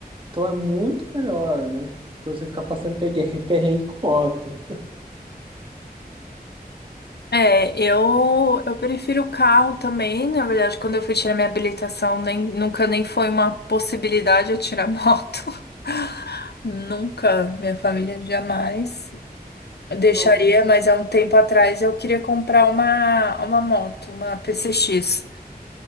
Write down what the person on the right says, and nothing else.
Então é muito melhor, né? Do que você ficar passando pegue- perrengue com moto.
Nossa,